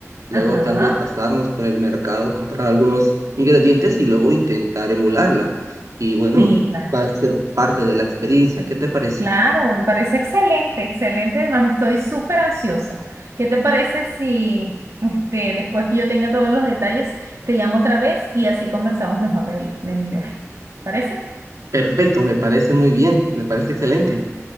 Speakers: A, on the right; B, on the right.
A: luego
B: Ajá.
A: tal vez pasarnos por el mercado, comprar algunos ingredientes y luego intentar emularla. Y bueno,
B: Sí, claro.
A: va a ser parte de la experiencia. ¿Qué te parece?
B: Claro, me parece excelente, excelente. Además, estoy súper ansiosa. ¿Qué te parece si este, después que yo tenga todos los detalles, te llamo otra vez y así conversamos mejor del- de, mi viaje? ¿Parece?
A: Perfecto, me parece muy bien, me parece excelente.